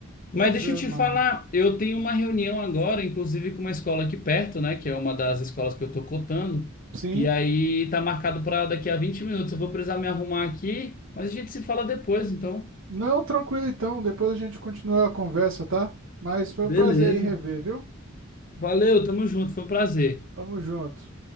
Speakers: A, on the right (about 65°); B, on the left (about 40°).
A: Pois
B: Mas deixa
A: é,
B: eu te
A: mano.
B: falar, eu tenho uma reunião agora, inclusive com uma escola aqui perto, né, que é uma das escolas que eu tô cotando,
A: Sim.
B: e aí tá marcado para daqui a 20 minutos. Eu vou precisar me arrumar aqui, mas a gente se fala depois, então.
A: Não, tranquilo então, depois a gente continua a conversa, tá? Mas foi
B: Beleza.
A: um prazer aí rever, viu?
B: Valeu, tamo junto, foi um prazer.
A: Tamo junto.